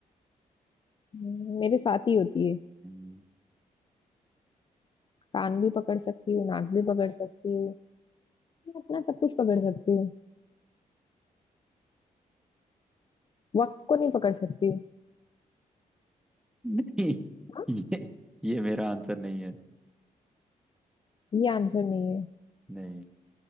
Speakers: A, on the left; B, in the centre.
A: हम्म, मेरे साथ ही होती है
B: हम्म।
A: कान भी पकड़ सकती हूँ नाक भी पकड़ सकती हूँ मैं अपना सब कुछ पकड़ सकती हूँ वक्त को नहीं पकड़ सकती हूँ
B: नहीं
A: हाँ
B: ये ये मेरा आंसर नहीं है
A: ये आंसर नहीं
B: नहीं